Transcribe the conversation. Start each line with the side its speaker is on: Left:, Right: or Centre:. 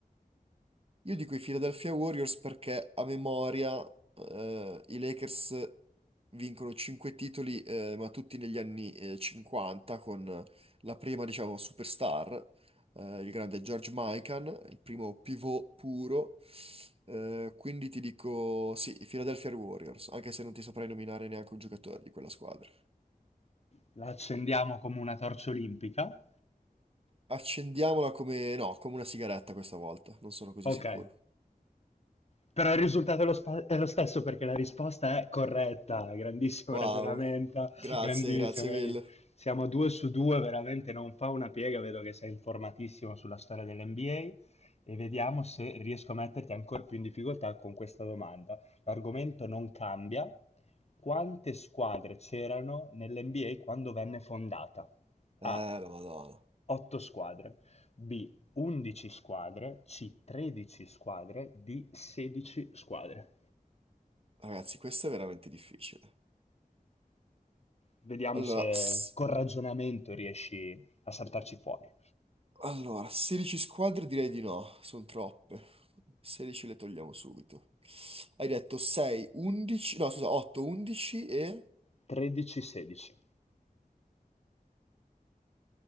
Right: Io dico i Philadelphia Warriors perché a memoria eh, i Lakers vincono 5 titoli, eh, ma tutti negli anni eh, 50, con la prima, diciamo, superstar, eh, il grande George Mikan, il primo pivot puro. Eh, quindi ti dico sì, i Philadelphia Warriors, anche se non ti saprei nominare neanche un giocatore di quella squadra.
Left: La accendiamo come una torcia olimpica.
Right: Accendiamola come, no, come una sigaretta questa volta, non sono così
Left: Ok,
Right: sicuro.
Left: Però il risultato è lo, spa- è lo stesso perché la risposta è corretta. Grandissimo
Right: Wow,
Left: ragionamento,
Right: grazie,
Left: grandissimo,
Right: grazie
Left: grandissimo.
Right: mille.
Left: Siamo due su due, veramente non fa una piega. Vedo che sei informatissimo sulla storia dell'NBA e vediamo se riesco a metterti ancora più in difficoltà con questa domanda. L'argomento non cambia. Quante squadre c'erano nell'NBA quando venne fondata?
Right: Eh,
Left: A.
Right: la Madonna.
Left: Otto squadre; B undici squadre; C tredici squadre; D sedici squadre.
Right: Ragazzi, questo è veramente difficile.
Left: Vediamo
Right: Allora,
Left: se
Right: s-
Left: col ragionamento riesci a saltarci fuori.
Right: allora, 16 squadre direi di no, sono troppe. 16 le togliamo subito. Hai detto 6, 11, no scusa, 8, 11 e...
Left: 13-16.